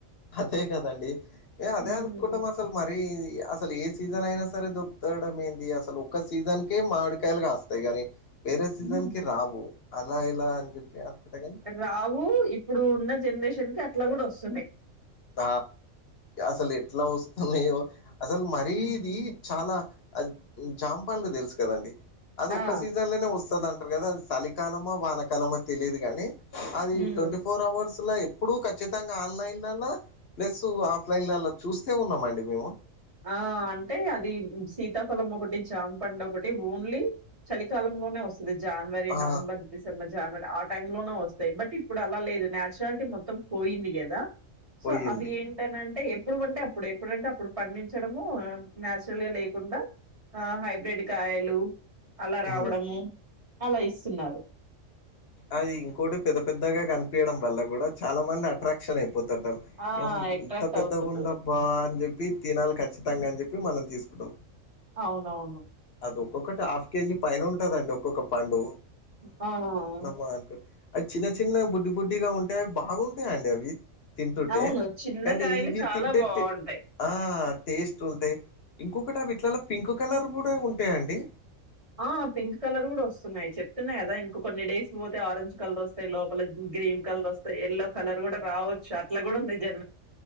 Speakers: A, on the left (about 55°); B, on the right (about 25°).
A: అదే కదండి అదే
B: హ్మ్.
A: అనుకుంటాం అసలు మరి అసలు ఏ సీజన్ అయినా సరే దొరకతడం ఏంది అసలు ఒక్క సీజన్కే మామిడికాయలు కాస్తాయి గాని వేరే సీజన్
B: హ్మ్.
A: కి రావు అలా ఇలా అని చెప్పి అనుకుంటా కాని
B: రావు ఇప్పుడు ఉన్న జనరేషన్ కి అట్లా కూడా వస్తున్నాయి.
A: త అసలు ఎట్లా వస్తున్నాయో అసలు మరీ
B: హ్మ్.
A: ఇది చాలా జామపండ్లు తెలుసు కదండి అది ఒక్క
B: ఆ!
A: సీజన్లనే వస్తదం కదా అది చలికాలమో వానకాలమో తెలియదు కాని అది
B: హ్మ్.
A: ట్వంటీ ఫోర్ అవర్స్ లో ఇప్పుడు ఖచ్చితంగా ఆన్లైన్లలా ప్లస్ ఆఫ్లైన్ లలా చూస్తే ఉన్నాము అండి మేము
B: ఆ అంటే అది సీతాఫలం ఒకటి జామపండు ఒకటి ఓన్లీ చలికాలంలోనే వస్తుంది జనవరి
A: ఆ
B: నవంబర్ డిసెంబర్ జనవరి ఆ టైం లోనే వస్తాయి బట్ ఇప్పుడు అలా లేదు నన్చురాలిటీ మొత్తం పోయింది కదా సో
A: పోయింది
B: అవి ఏంటనంటే ఎప్పుడు అంటే అప్పుడు ఎప్పుడంటే అప్పుడు పండించడము నాచురల్ గా లేకుండా ఆ హైబ్రిడ్ కాయలు అలా రావడము
A: ఉమ్
B: అలా ఇస్తున్నారు.
A: అది ఇంకోటి పెద్ద పెద్దగా కనిపయడం వల్ల కూడా చాలా మంది అట్రాక్షన్ అయిపో
B: ఆ!
A: ఏం
B: అట్రాక్ట్
A: ఇంత పెద్దగా
B: అవుతున్నారు.
A: ఉందబ్బా అని చెప్పి తినాలి కచ్చితంగా అని చెప్పి మనం తీసుకుంటం
B: అవునవును.
A: అది ఒక్కొక్కటి హాఫ్ కేజీ పైన ఉంటదండి ఒక్కొక్క పండు
B: <unintelligible>
A: అది చిన్న చిన్న బుడ్డి బుడ్డిగా అవి బాగుంటాయిండి అవి తింటుంటే
B: అవును. చిన్న
A: కానీ
B: కాయలు
A: ఇవి
B: చాలా
A: తింటే
B: బావుంటాయి.
A: ఆ టేస్ట్ ఉంటాయి ఇంకొకటి వీట్లలో పింక్ కలర్ కూడ ఉంటాయండి
B: ఆ పింక్ కలర్ కూడ వస్తున్నాయి చెప్తున్న కదా ఇంక కొన్ని డేస్ పోతే ఆరెంజ్ కలర్ ఒ లోపల గ్రీన్ కలర్ వస్తాయి ఎల్లో కలర్ కూడ రావచ్చు అట్లా కూడ <unintelligible>